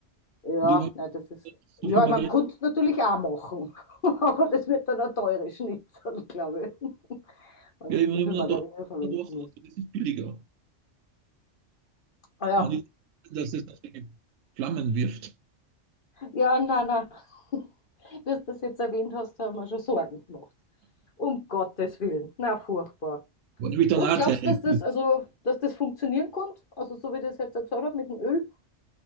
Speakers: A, on the left; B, on the right.
A: Ja,
B: Und ich habe
A: na, das ist.
B: so
A: Ja,
B: viel Margarine,
A: man könnte es natürlich auch machen, <laughs> aber das wird dann ein teures Schnitzel, glaube ich, wenn
B: ja,
A: es
B: ich habe
A: zu viel
B: mir
A: Margarine
B: dann gedacht,
A: verwenden
B: ja,
A: muss.
B: das ist billiger.
A: Ah ja,
B: Kann ich, dass es das Flammen wirft.
A: ja, nein, nein. <laughs> Bis du das jetzt erwähnt hast, haben wir schon Sorgen gemacht. Um Gottes Willen. Na, furchtbar.
B: War nämlich dann
A: Und
B: auch
A: glaubst
B: Teil.
A: du, dass das, also, dass das funktionieren kann? Also, so wie ich das jetzt erzählt habe mit dem Öl?